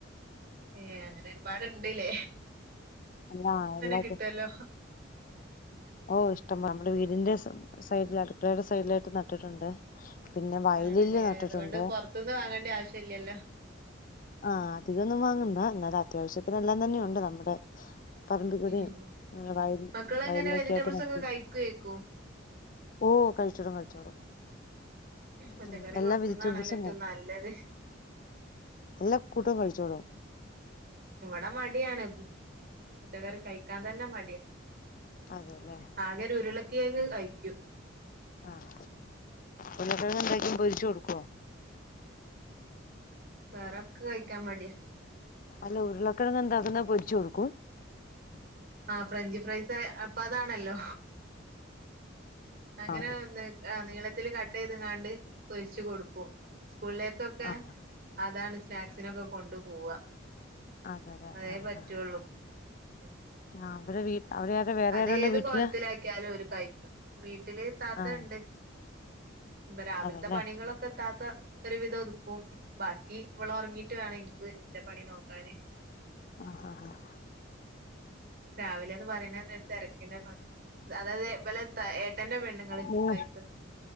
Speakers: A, on the right; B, on the left.
A: ഏ അങ്ങനെ ഒരുപാട്ണ്ട്ല്ലേ
B: അല്ലാ എല്ലാക്കും
A: കിട്ടുവല്ലോ
B: ഓ ഇഷ്ടം നമ്മുടെ വീടിന്റെ സൈഡിൽ അടുക്കളടെ സൈഡിലായിട്ട് നട്ടിട്ടുണ്ട് പിന്നെ വയലില്
A: ആണല്ലേ
B: നട്ടിട്ടുണ്ട്
A: അതുകൊണ്ട് പൊറത്തുന്ന് വാങ്ങേണ്ട ആവശ്യല്ലല്ലോ
B: ആ അധികൊന്നും വാങ്ങണ്ട എന്ന അത്യാവശ്യത്തിന എല്ലാം തന്നെ ഒൺ ട് നമ്മുടെ പറമ്പി കൂടെം
A: ഉം
B: വയ
A: മക്കളെങ്ങനെ
B: വയലിലൊക്കെ
A: വെജിറ്റബിൾസ്
B: ആയിട്ട് നട്ട
A: ഒക്കെ കഴിക്കുവേക്കും
B: ഓ കഴിച്ചോടും കഴിച്ചോടും
A: പച്ചക്കറി
B: ഉ എല്ലാ
A: കൊടുക്കുന്നതാണല്ലോ
B: വെജിറ്റബിൾസും
A: ഏറ്റവും നല്ലത്
B: എല്ലാ കൂട്ടോ കഴിച്ചോളും
A: ടെ മടിയാണ് പച്ചക്കറി കഴിക്കാൻ തന്നെ മടിയാ
B: അതെല്ലേ
A: ആകെരു ഉരുളക്കിയങ്ങ് കഴിക്കും
B: ആഹ് ഉരുളക്കിഴങ്ങ് എന്താക്കും പൊരിച്ചു കൊടുക്കുവോ
A: വേറൊക്കെ കഴിക്കാൻ മടിയാ
B: അല്ല ഉരുളക്കെഴണ എന്താക്കുന്ന പൊ ചൊട്ക്കും
A: ആ ഫ്രഞ്ച് ഫ്രൈസ് അപ്പൊ അതാണല്ലോ അങ്ങനെ
B: ആ
A: അ നീളത്തില് കട്ട് ചെയ്ത്ങ്ങാണ്ട് പൊരിച്ച് കൊടുക്കും സ്കൂളിലേക്കൊക്കെ
B: ആ
A: അതാണ് സ്നാക്സിനൊക്കെ കൊണ്ടു പോവ
B: അതെതേ
A: അതേ
B: ആഹ്
A: പറ്റുള്ളൂ
B: ആഹ് ആഹ്
A: ഉം
B: ആ അവര വീ അവിടെ ആരാ വേറെ
A: അത്
B: ആരുള്ള
A: ഏത്
B: വീട്ടില്
A: കോലത്തിലാക്കിയാലും ഒരു കഴിക്കും വീട്ടില് താത്ത
B: ആ
A: ഇണ്ട് ഇപ്പൊ രാവിൽത്തെ
B: അതെല്ലേ
A: പണികളൊക്കെ ഇത്താത്ത ക്കൊരുവിതം ഉതുക്കും ബാക്കി ഇവളൊറങ്ങീട്ട് വേണം എനിക്ക് ഇന്റെ പണി നോ കാന്
B: ആഹ് ആഹ് ആഹ്
A: രാവിലന്ന് പറയണ തിരക്കിന്റെ അതതെ വല്ല ഏ ട്ടന്റെ പെണ്ണുങ്ങള്
B: നിങ്ങ
A: വൈഫ്